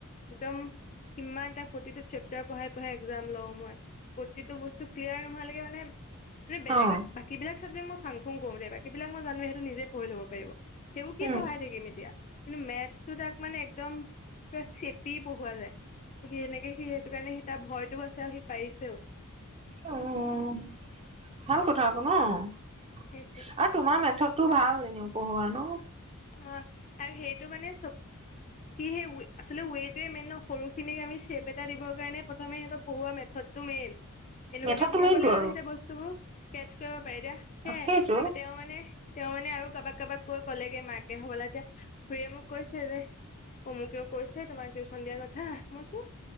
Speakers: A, on the left; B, on the right.
A: একদম কিমান এটা প্ৰতিটো চেপ্তাৰ পঢ়াই পঢ়াই এক্জাম লওঁ মই প্ৰতিটো বস্তু ক্লিয়াৰ নোহালৈকে মানে ম বেলেগত
B: অ',
A: বাকী বিলাক চাবজেকট মই ভা কোন কৰো দেই বাকীবিলাক মই জানো সেইটো নিজে কৰি ল'ব পাৰিব সেইবোৰ কি
B: উম।
A: পঢ়াই থাকিম এতিয়া কিন্তু মেথছটো তাক মানে একদম চেপি পঢ়োৱা যায় সি সেনেকে সি সেইটো কাৰণে সি তাৰ ভয়টোও আছে আৰু সি পাৰিছেও
B: উম ভাল কথা আকৌ না আৰু
A: সেইটোৱে
B: তোমাৰ মেথত টো ভাল এনেও পঢ়ুৱা ন
A: অ আৰু সেইটো মানে চ সি সেই আচল ৱেটোৱে মেইন ন সৰুখিনিক আমি চেপ এটা দিবৰ কাৰণে প্ৰথমে সিহত পঢ়োৱা মেথডটো মেইন এনেকুৱাকে
B: মেথডটো
A: বুজাব
B: মেইনটো
A: লাগিব
B: আৰু
A: যে সিহতে বস্তুবোৰ কেচ কৰিব পাৰি এতিয়া সেয়াই
B: সেইটো
A: তেওঁ মানে তেওঁ মানে আৰু কাবাক কাৰোবাক কৈ কলেগে মাক তাকে হবলা এতিয়া খুৰীয়ে মোক কৈছে যে অমুকেও কৈছে তোমাক টিউচন দিয়াৰ কথা মই চো